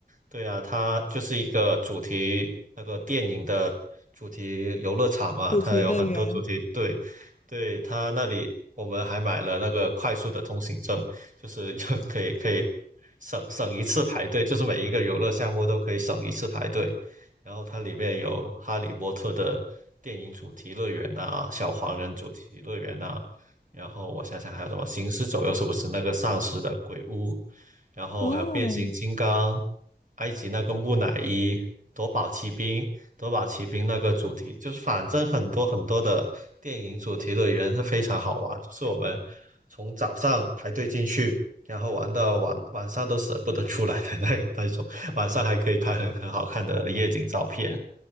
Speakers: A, on the right (about 50°); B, on the left (about 45°).
A: 对啊，它就是一个主题那个电影的主题游乐场嘛，
B: 主题乐园。
A: 它有很多主题。对，对，它那里我们还买了那个快速的通行证，就是就 <laughs> 可以可以省省一次排队，就是每一个游乐项目都可以省一次排队。然后它里面有《哈利波特》的电影主题乐园啊，小黄人主题乐园啊，然后我想想还有什么《行尸走肉》是不是那个丧尸的鬼屋？然后还有变形金刚、
B: 哦，
A: 埃及那个木乃伊、夺宝奇兵、夺宝奇兵那个主题，就是反正很多很多的电影主题乐园是非常好玩，就是我们从早上排队进去，然后玩到晚晚上都舍不得出来的那那种，晚上还可以拍很很好看的夜景照片，